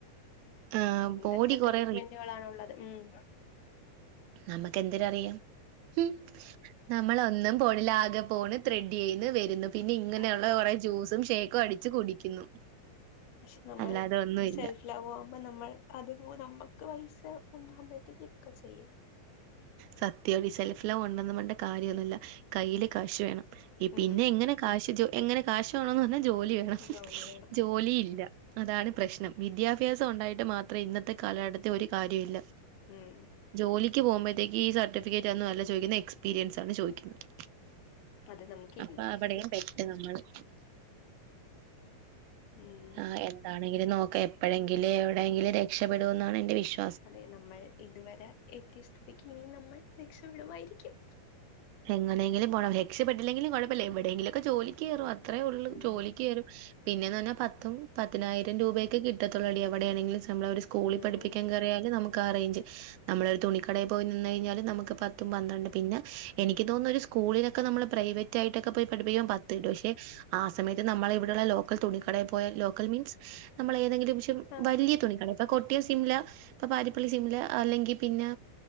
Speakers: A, on the right; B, on the left.
A: ആഹ്
B: എന്തൊക്കെ
A: ബോഡി
B: ട്രീറ്റ്മെന്റുകളാണുള്ളത്
A: കൊറേ
B: ഊം
A: നമക്ക് എന്തിരറിയാം ഹും നമ്മളോന്നും പോണിലാകെ പോണ് ത്രെഡ് ചെയ്യ്ന്ന് വരുന്ന് പിന്നെ ഇങ്ങനെയുള്ള
B: അതെ
A: കൊറെ ജ്യൂസും ഷേക്കും അടിച്ച് കുടിക്കുന്നു
B: പക്ഷെ നമ്മൾ
A: അല്ലാതെ ഒന്നുവില്ല
B: സെൽഫ് ലവ് ആവുമ്പോ നമ്മൾ അത് വോ നമ്മക്ക് വയിസ ഉണ്ടാകുമ്പഴ്ത്തേക്കിതൊക്ക ചെയ്യാ
A: സത്യാടി ഈ സെൽഫ്ലവ് ഉണ്ടന്ന് പറഞ്ഞിട്ട് കാര്യൊന്നുമില്ല കയ്യില് കാശ് വേണം പിന്നെ
B: ഉം
A: എങ്ങനെ കാശ് ജോ എങ്ങനെ കാശ് വേണൊന്ന് പറഞ്ഞാ ജോലിയാ
B: ജോലി വേണം
A: ജോലിയില്ല അതാണ് പ്രശ്നം വിദ്യാഭ്യാസം ഉണ്ടായിട്ട് മാത്രേ ഇന്നത്തെ കാലഘട്ടത്തി ഒരു കാര്യംഇല്ല
B: ഉം
A: ജോലിക്ക് പോകുമ്പോഴത്തേക്ക് ഈ സർട്ടിഫിക്കറ്റ് ഒന്നും അല്ല ചോദിക്കുന്ന എക്സ്പീരിയൻസ് ആണ് ചോദിക്കുന്നത്
B: അത് നമുക്കില്ല
A: അപ്പ അവടെയും പെട്ട് നമ്മള്
B: ഉം
A: ആഹ് എന്താണെങ്കിലും നോക്ക എപ്പഴെങ്കിലേ എവിടെയെങ്കിലു രക്ഷപെടുമെന്നാണെന്റെ വിശ്
B: അതെ നമ്മൾ ഇതുവര എത്തിയ സ്ഥിതിക്ക് ഇനിയും നമ്മൾ രക്ഷപ്പടുമായിരിക്കും
A: എങ്ങനെങ്കിലും പോണം രക്ഷപ്പെട്ടില്ലെങ്കിലും കുഴപ്പല്ല എവിടെങ്കിലൊക്ക ജോലി ക്കെറും അത്രേ ഒള്ള്
B: ഉം
A: ജോലിയ്ക്കേറും പിന്നേന്ന് പറഞ്ഞാൽ പത്തും പതിനായിരം രൂപയൊക്കെ കി പറ്റത്തുള്ളെടി എവിടെയാണെങ്കില് നമ്മളവര് സ്കൂളിൽ പഠപ്പിക്കാൻകേറിയാല്
B: ഉം
A: നമുക്ക് ക്കാ റേഞ്ച് നമ്മളൊരു തുണിക്കടേ പോയി നിന്ന് കഴിഞ്ഞാല് നമുക്ക് പത്തും പന്ത്രണ്ട് പിന്നെ എനിക്ക് തോന്നൊരു സ്കൂളിലെക്കെ നമ്മള് പ്രൈവറ്റായിട്ടൊക്കെ പോയി പഠിപ്പിക്കും പത്ത് കിട്ടും പക്ഷെ ആ സമയത്ത് നമ്മളിവിടുള്ള ലോക്കൽ തുണിക്കടേ പോയ ലോക്കൽ മീൻസ് നമ്മളേതെങ്കിലും <unintelligible>
B: ആഹ്
A: വല്യ തുണി കടേ ഇപ്പ കൊട്ടിയം സിംല ഇപ്പ പാരിപ്പള്ളി സിംല അല്ലെങ്കി പിന്നെ